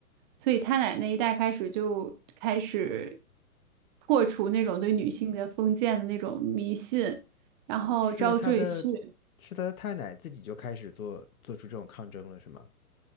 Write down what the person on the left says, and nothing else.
是他的，是他的太奶自己就开始做做出这种抗争了，是吗？